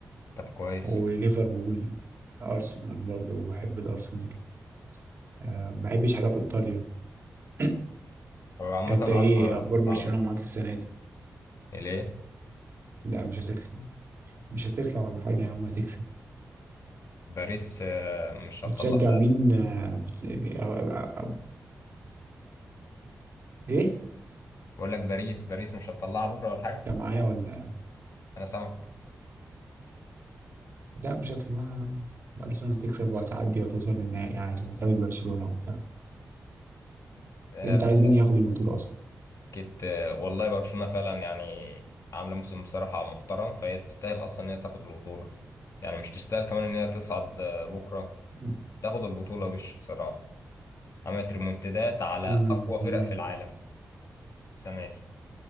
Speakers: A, on the left (about 65°); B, on the right (about 45°).
A: طب كويس
B: وليفربول أرسنال برضه بحب الأرسنال أه ما بحبش حاجة في إيطاليا <coughs>
A: هو عامة
B: انت ايه
A: أرسنال هتطلع
B: اخبار برشلونة
A: بكرة
B: معاك السنة دي؟
A: ليه؟
B: لا مش هتطلع مش هتطلع ولا حاجة يا عم هتكسب
A: باريس آه، مش
B: بتشجع
A: هتطلع
B: مين آه، بت... أو... أو... أو... ايه
A: بقول لك باريس باريس مش هتطلعها بكرة ولا حاجة؟
B: انت معايا ولا
A: أنا سامعك
B: لا مش هتطلع ارسنال هتكسب وهتعدي وهتوصل للنهائي عادي وهتقابل برشلونة وبتاع
A: آه،
B: انت عايز
A: أنت
B: مين ياخد البطولة اصلا
A: كنت والله برشلونة فعلا يعني عاملة موسم بصراحة محترم فهي تستاهل أصلا إن هي تاخد البطولة يعني مش تستاهل كمان إن هي تصعد آه، بكرة
B: مم.
A: تاخد البطولة وش بصراحة عملت ريمونتادات على
B: تمام
A: أقوى
B: تمام
A: فرق في العالم السنة دي